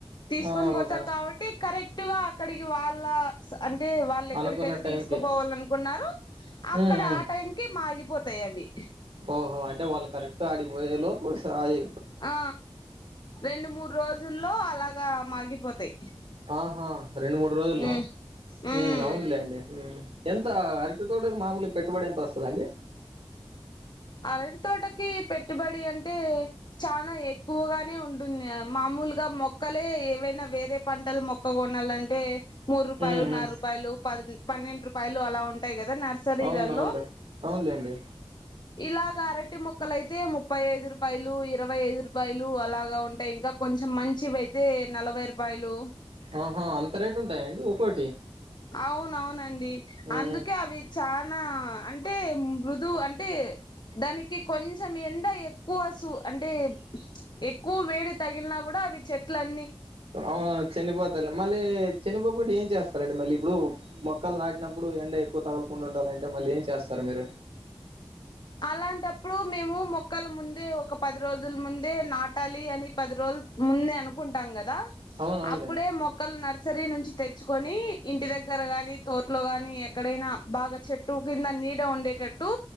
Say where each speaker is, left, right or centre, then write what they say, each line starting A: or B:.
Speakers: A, on the left; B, on the right.
A: తీసుకొని
B: ఆ
A: పోతారు
B: ఓకే
A: కాబట్టి కరెక్ట్ గా అక్కడికి వాళ్ళ అంటే వాళ్ళు ఎక్కడికైతే
B: అనుకున్న టైంకి
A: తీసుకుపోవాల నుకున్నారు అక్కడ
B: ఉమ్ ఉమ్
A: ఆ టైం కి మాగి పోతాయి అవి
B: ఓహో అంటే వాళ్ళు కరెక్ట్గా ఆడికి పోయే లోపు సాయి
A: ఆ రెండు మూడు రోజుల్లో అలాగా మాగిపోతాయి
B: ఆహా రెండు మూడు రోజుల్లో
A: ఉమ్
B: హ్మ్
A: ఉమ్
B: అవునులేండి ఎంత అరటి తోటకి మామూలు పెట్టుబడి ఎంత వస్తుందండి
A: అరటి తోటకి పెట్టుబడి అంటే చానా ఎక్కువగానే ఉంటుంది మామూలు ఇక మొక్కలే ఏవైనా వేరే పంటలు మొక్క కొనాలంటే మూడు రూపాయలు
B: హ్మ్ హ్మ్
A: నాలు రూపాయలు ప పన్నెండు రూపాయలు అలా ఉంటాయి కదా నర్సరీలల్లో
B: అవును అవునులే అవునులేండి
A: ఇలాగా అరటి మొక్కలు అయితే ముప్పై ఐదు రూపాయలు ఇరవై ఐదు రూపాయలు అలాగా ఉంటాయి ఇంకా కొం కొంచెం మంచివి అయితే నలభై రూపాయలు
B: ఆహా అంత రేటు ఉంటాయండి ఒక్కోటి
A: అవును అవునండి
B: హ్మ్
A: అందుకే అవి చానా అంటే మృదు అం టే దానికి కొంచ కొంచెం ఎండ ఎక్కువ సు అంటే ఎక్కువ వేడి తగిలిన కూడా అవి చెట్లు అ
B: అవును చనిపోతారు మళ్ళీ చనిపోకుండా ఏం చేస్త సరే అండి మళ్ళీ ఇప్పుడు మొక్కలు నాటినప్పుడు ఎండ ఎక్కువ తగలకుండా ఉండాలంటే మళ్ళీ ఏం చేస్తారు మీరు
A: అలాంటప్పుడు మేము మొక్కలు ముందే ఒక పది రోజుల ముందే నాటాలి అని పది రోజుల ముందే అనుకుంటాం కదా
B: అవును అవునులేండి
A: అప్పుడే మొక్కలు నర్సరీ నుంచి తె చుకొని ఇంటి దగ్గర గాని మీ తోట్లో గాని ఎక్కడైనా బాగా చెట్టు కింద నీడ ఉండేటట్టు